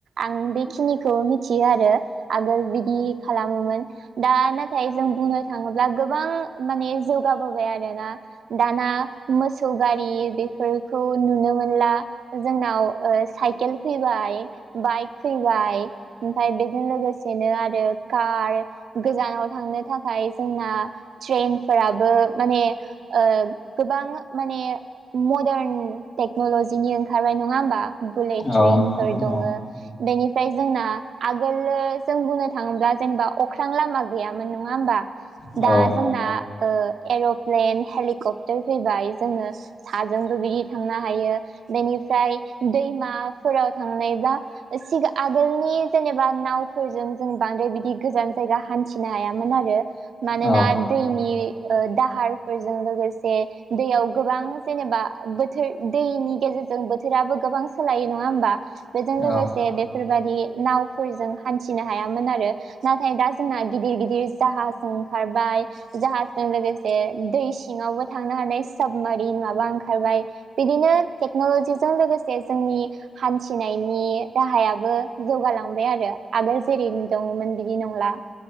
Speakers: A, on the right; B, on the left.
A: आं बेखिनिखौ मिथियो आरो आगोल बिदि खालामोमोन दा नाथाय जों बुंनो थाङोब्ला गोबां माने जौगाबोबाय आरो दा दाना मोसौ गारि बेफोरखौ नुनो मोनला जोंनाव साइकेल फैबाय बाइक फैबाय ओमफ्राय बेजों लोगोसेनो आरो कार गोजानाव थांनो थाखाय जोंना ट्रेनफोराबो माने ओ गोबां माने मदारन टेक्नल'जिनि ओंखारनाय नङा होमबा बुलेट
B: औ
A: ट्रेनफोर
B: नोंथां औ
A: दङ' बेनिफ्राय जोंना आगोल जों बुंनो थाङोब्ला जेनेबा अख्रां लामा गैयामोन नङा होनबा
B: औ
A: दा जोंना ओ एर प्लेन हेलिकप्टार फैबाय जोङो साजोंबो बिदि थांनो हायो बेनिफ्राय दैमाफोराव थांनाय बा सिगां आगोलनि जेनेबा नावफोरजों जों बांद्राय बिदि गोजान जायगा हान्थिनो हायामोन आरो। मानोना
B: औ
A: दैनि दाहार फोरजों लोगोसे दैयाव गोबां जेनेबा बोथोर दैनि गेजेरजों बोथोराबो गोबां सोलायो नङा होमबा बेजों लोगोसे
B: औ
A: बेफोरबायदि नावफोरजों हान्थिनो हायामोन आरो नाथाय दा जोंना गिदिर गिदिर जाहाज ओंखारबाय जाहाजजों लोगोसे दै सिङावबो थांनो हानाय साबमारिन माबा ओंखारबाय बिदिनो टेक्न'लजिजों लोगोसे जोंनि हान्थिनायनि राहायाबो जौगालांबाय आरो आगोल जेरै दङ'मोन बिदि नंला।